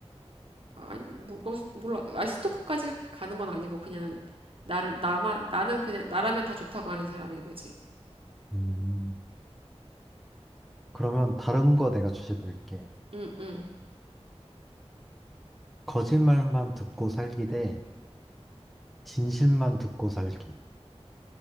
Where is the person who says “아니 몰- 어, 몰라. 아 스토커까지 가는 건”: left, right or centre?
Right